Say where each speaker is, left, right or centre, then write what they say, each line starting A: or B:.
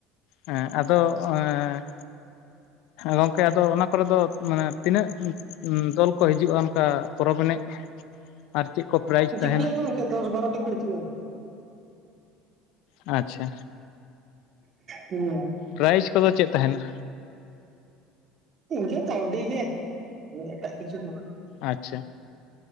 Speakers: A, on the left (about 65°); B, on the right (about 45°).
A: ᱦᱮᱸ ᱟᱫᱚ ᱮᱸ ᱜᱚᱝᱠᱮ ᱟᱫᱚ ᱚᱱᱟ ᱠᱚ ᱨᱮ ᱫᱚ ᱢᱟᱱᱮ ᱛᱤᱱᱟᱹᱜ ᱫᱚᱞ ᱠᱚ ᱦᱤᱡᱩᱜᱼᱟ ᱚᱱᱠᱟ ᱯᱚᱨᱚᱵᱽ ᱮᱱᱮᱡ? ᱟᱨ ᱪᱮᱫ ᱠᱚ ᱯᱨᱟᱭᱤᱡᱽ
B: ᱦᱤᱡᱩᱜ
A: ᱛᱟᱦᱮᱱᱟ?
B: ᱜᱮᱭᱟ ᱠᱚ ᱜᱚᱝᱠᱮ ᱫᱚᱥ ᱵᱟᱨᱚ ᱴᱤ ᱠᱚ ᱦᱤᱡᱩᱜᱼᱟ᱾
A: ᱟᱪᱪᱷᱟ
B: ᱦᱩᱸ᱾
A: ᱯᱨᱟᱭᱤᱡ ᱠᱚ ᱫᱚ ᱪᱮᱫ ᱛᱟᱦᱮᱸᱱᱟ?
B: ᱤᱱᱠᱟᱹ ᱠᱟᱹᱣᱰᱤ ᱜᱮ, ᱮᱴᱟᱜ ᱠᱤᱪᱷᱩ ᱫᱚ ᱵᱟᱝ ᱾
A: ᱟᱪᱪᱷᱟ